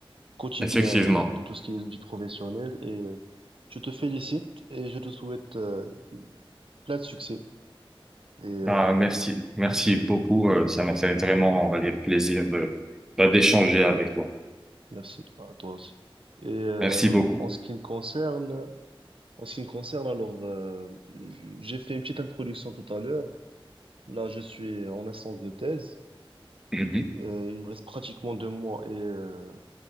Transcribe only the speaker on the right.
quotidien,
euh, de tout ce qui est vie professionnelle. Et euh, je te félicite et je te souhaite euh, Plein de succès. Et euh,
merci à toi aussi. Et euh,
en ce qui me concerne, en ce qui me concerne, alors euh, j- j'ai fait une petite introduction tout à l'heure. Là, je suis en instance de thèse.
Euh, il me reste pratiquement deux mois et euh,